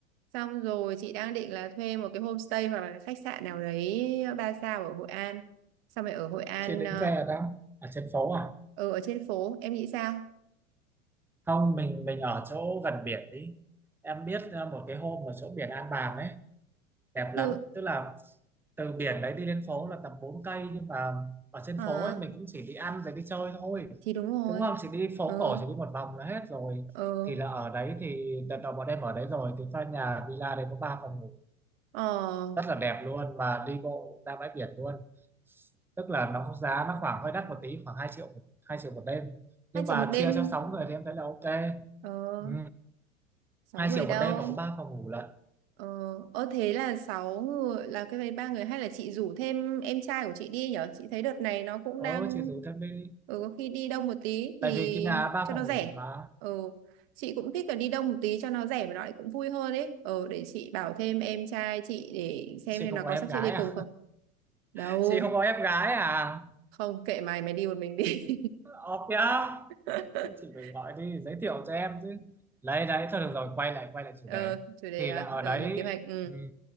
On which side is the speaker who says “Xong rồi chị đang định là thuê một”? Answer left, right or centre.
Right